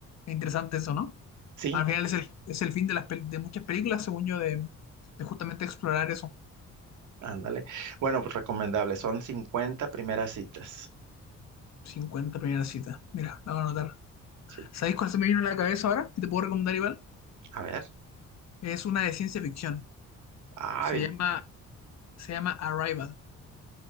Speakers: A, on the left (about 60°); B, on the right (about 75°).
A: Es interesante eso, ¿no?
B: Sí,
A: Al final es el, es el fin de, las, pel- de muchas películas, según yo, de, de justamente explorar eso.
B: Ándale. Bueno, pues recomendable. Son 50 primeras citas.
A: cincuenta primeras citas. Mira, la voy a anotar.
B: Sí.
A: ¿Sabéis cuál se me vino a la cabeza ahora? Que te puedo recomendar igual.
B: A ver.
A: Es una de ciencia ficción.
B: Ah,
A: Se llama, se llama Arrival.